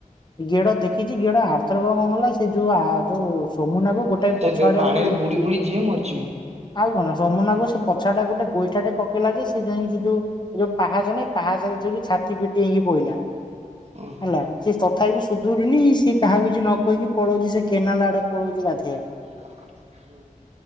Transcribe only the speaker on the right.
ସେ
ପାଣିରେ
ବୁଡି ବୁଡି ଯିଏ ମରିଯିବି
ଓହୋ।
<inaudible>